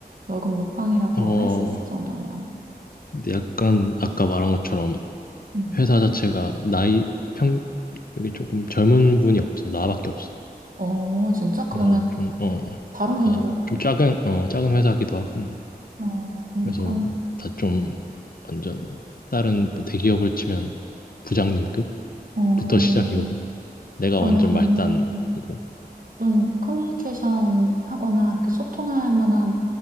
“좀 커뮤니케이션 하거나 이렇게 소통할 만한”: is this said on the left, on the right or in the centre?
Right